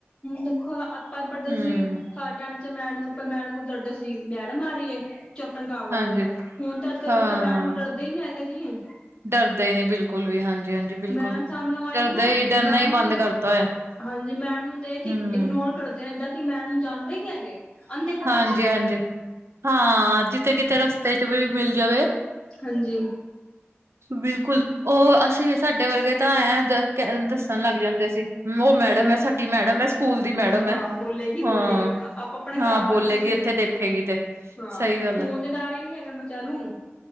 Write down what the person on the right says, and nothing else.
ਹਮ
ਹਾਂਜੀ
ਹਾਂ
ਡਰਦੇ ਹੀ ਨਹੀਂ ਬਿਲਕੁਲ ਵੀ ਹਾਂਜੀ ਹਾਂਜੀ ਬਿਲਕੁਲ
ਡਰਦਾ
ਹੀ ਡਰਨਾ
ਹੀ
ਬੰਦ ਕਰਤਾ ਹੋਇਆ।
ਹਮ
ਹਾਂਜੀ
ਹਾਂਜੀ ਹਾਂ, ਜਿੱਥੇ ਕਿਤੇ ਰਸਤੇ ਚ ਵੀ ਮਿਲ ਜਾਵੇ।
ਬਿਲਕੁਲ ਉਹ ਅਸੀਂ ਵੀ ਸਾਡੇ ਵਰਗੇ ਤਾਂ ਐਂ ਦੱਸਣ ਲੱਗ ਜਾਂਦੇ ਸੀ। ਉਹ
ਮੈਡਮ ਸਾਡੀ ਮੈਡਮ ਹੈ ਸਕੂਲ ਦੀ ਮੈਡਮ
ਹੈ
ਹਾਂ
ਹਾਂ
ਬੋਲੇਗੀ
ਇੱਥੇ ਦੇਖੇਗੀ ਤੇ
ਸਹੀ ਗੱਲ
ਹੈ